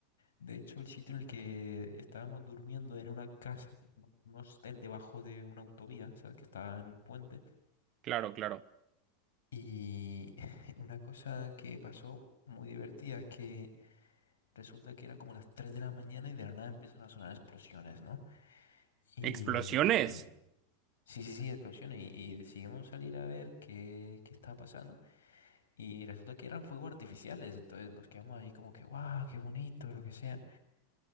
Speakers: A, on the left; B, on the right.
A: De hecho, el sitio en el que estábamos durmiendo era una casa, un un hostel debajo de una autovía, ¿sabes? Que estaba en un puente.
B: Claro, claro.
A: Y <laughs> una cosa que pasó muy divertida es que resulta que eran como las 3 de la mañana y de la nada empiezan a sonar explosiones, ¿no? Y
B: ¿Explosiones?
A: decían, sí, sí, sí, explosiones. Y, y decidimos salir a ver qué, qué estaba pasando. Y resulta que eran fuegos artificiales. Entonces nos quedamos ahí como que, guau, qué bonito, lo que sea.